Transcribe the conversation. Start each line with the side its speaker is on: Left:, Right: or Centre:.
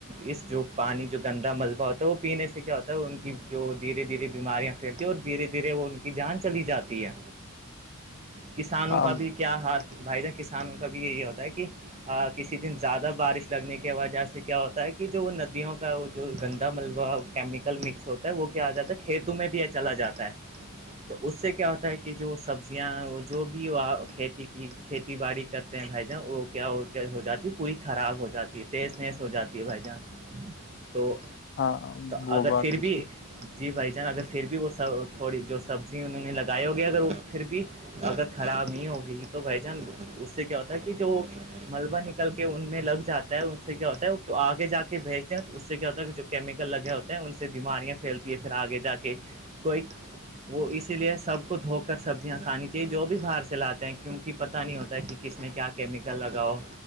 Right: اس جو پانی جو گندا ملبہ ہوتا ہے وہ پینے سے کیا ہوتا ہے ان کی جو دھیرے دھیرے بیماریاں پھیلتی ہے اور دھیرے دھیرے وہ ان کی جان چلی جاتی ہے کسانوں
Left: ہاں
Right: کا بھی کیا حال بھائی جان کسانوں کا بھی یہ یہ ہوتا ہے کہ ہ کسی دن زیادہ بارش لگنے کی وجہ سے کیا ہوتا ہے کہ جو ندیوں کا وہ جو گندا ملبہ کیمیکل مکس ہوتا ہے وہ کیا آ جاتا ہے کھیتوں میں بھی یہ چلا جاتا ہے تو اس سے کیا ہوتا ہے کہ جو سبزیاں وہ جو بھی وہ کھیتی کی کھیتی باڑی کرتے ہیں بھائی جان وہ کیا ہو کیا ہو جاتی ہے پوری خراب ہو جاتی ہے تیز تیز ہو جاتی ہے بھائی جان
Left: <inaudible>
Right: تو
Left: ہاں
Right: اگر
Left: وہ بات
Right: پھر
Left: تو
Right: بھی
Left: صحیح
Right: جی بھائی جان اگر پھر بھی وہ س تھوڑی جو سبزی انہوں نے لگائے ہوگے اگر وہ پھر بھی اگر خراب نہیں ہوگئی تو بھائی جان اس سے کیا ہوتا ہے کہ جو ملبہ نکل کے ان میں لگ جاتا ہے اس سے کیا ہوتا ہے آگے جا کے بھیجتے ہیں اس سے کیا ہوتا ہے کہ جو کیمیکل لگے ہوتے ہیں ان سے بیماریاں پھیلتی ہے پھر آگے جا کے کوئی وہ اسی لیے سب کو دھوکہ سبزیاں کھانی چاہیے جو بھی باہر سے لاتے ہیں کیونکہ پت نہیں ہوتا ہے کہ کس میں کیا کیمیکل لگاؤ